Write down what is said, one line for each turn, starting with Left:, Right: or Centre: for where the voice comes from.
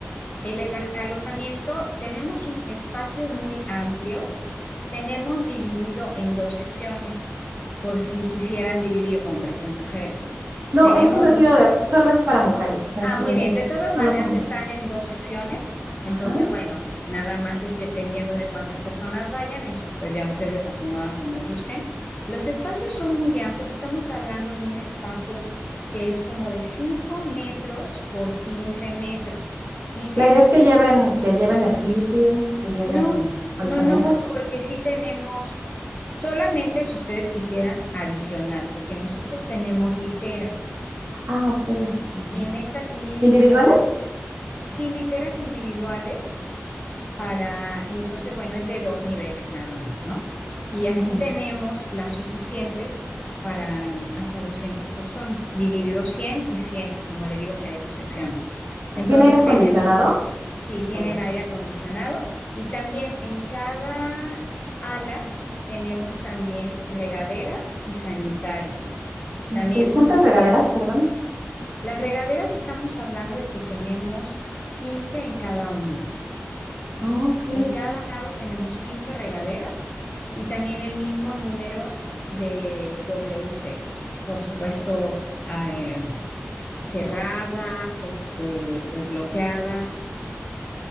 Left: El ela- alojamiento, tenemos un, espacios muy amplios, tenemos dividido en dos secciones, por si quisieran dividir hombres de mujeres.
Right: No,
Left: Tenemos
Right: es un retiro
Left: dos.
Right: de, solo es para mujeres, o sea,
Left: Ah,
Right: sí,
Left: muy
Right: eh,
Left: bien, de todas maneras
Right: solo somos.
Left: están en dos secciones, entonces,
Right: Ajá.
Left: bueno, nada más es dependiendo de cuántas personas vayan, eso pues ya ustedes lo acomodan como gusten. Los espacios son muy amplios, estamos hablando de un espacio que es como de 5 metros por 15 metros. Y tenemos
Right: La idea es que lleven, que lleven sleepings, que lleven
Left: No,
Right: colchonetas.
Left: no, no, porque sí tenemos, solamente si ustedes quisieran, adicional, porque nosotros tenemos literas.
Right: Ah, ok, literas.
Left: Y en estas, y,
Right: ¿Individuales?
Left: y las habi- sí, literas individuales para, y entonces, bueno, es de dos niveles nada más, ¿no? Y
Right: Wow.
Left: así tenemos las suficientes para hasta 200 personas, dividido 100 y 100, como le digo que hay dos secciones. Entonces
Right: ¿Tiene aire acondicionado?
Left: tenemos Sí, tienen
Right: Pero,
Left: aire acondicionado y también en cada ala tenemos también regaderas y sanitarios,
Right: ok,
Left: también
Right: ¿cuántas
Left: suficiente.
Right: regaderas, perdón?
Left: Las regaderas estamos hablando de que tenemos 15 en cada uno.
Right: Ah, ok,
Left: En cada lado tenemos 15 regaderas y también el mismo número de WCs, por supuesto, ah, em, cerradas, este, pues bloqueadas.